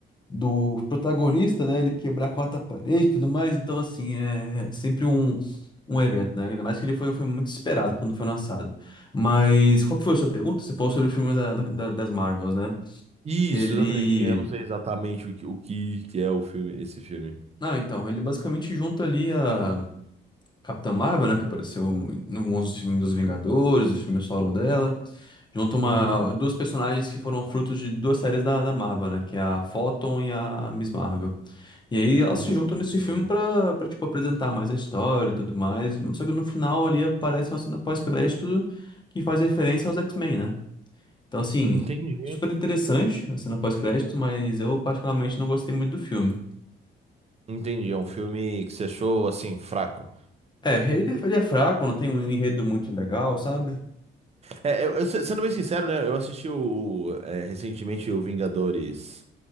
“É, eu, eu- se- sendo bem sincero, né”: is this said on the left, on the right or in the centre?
Right